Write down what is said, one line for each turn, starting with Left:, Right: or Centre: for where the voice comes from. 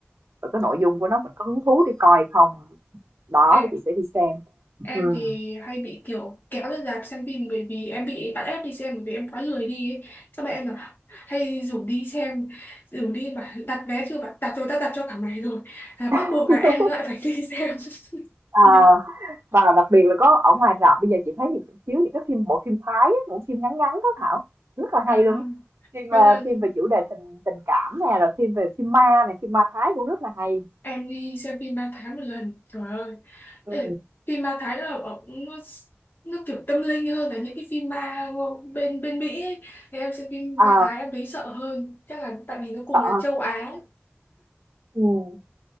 Right: và cái nội dung của nó mình có hứng thú đi coi hay không đó
Left: Em,
Right: thì chị sẽ đi xem
Left: em
Right: ừ.
Left: thì hay bị kiểu kéo ra rạp xem phim bởi vì em bị bắt ép đi xem bởi vì em quá lười đi ấy. Xong mẹ em là hay rủ đi xem, rủ đi mà đặt vé chưa bạn, đặt rồi ta đặt cho cả ngày rồi. À, bắt buộc
Right: <laughs>
Left: là em lại phải đi xem. <laughs>
Right: Ờ,
Left: Nhưng
Right: và đặc biệt là có ở ngoài rạp bây giờ chị thấy thì chiếu những cái phim bộ phim Thái á, bộ phim ngắn ngắn đó Thảo rất là
Left: à,
Right: hay luôn á. phim
Left: có
Right: ờ,
Left: lần
Right: phim về chủ đề tình tình cảm nè rồi phim về phim ma này phim ma Thái cũng rất là hay
Left: em đi xem phim 3 tháng một lần. Trời ơi.
Right: ừ.
Left: Ê, phim ma Thái là ở nó nó kiểu tâm linh hơn là những cái phim ma bên bên Mỹ ấy. Thì em xem phim
Right: Ờ,
Left: ma Thái em thấy sợ hơn chắc là tại vì nó cùng
Right: ờ,
Left: là châu Á ấy.
Right: ừ.